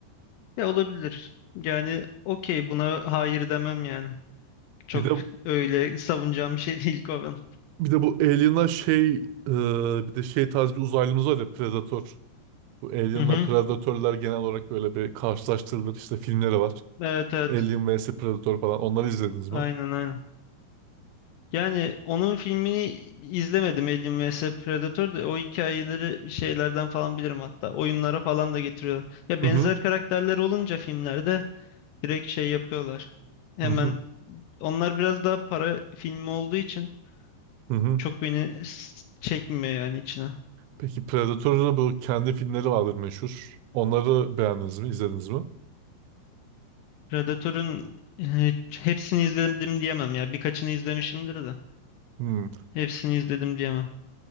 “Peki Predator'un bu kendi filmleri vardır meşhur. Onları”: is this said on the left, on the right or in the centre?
Right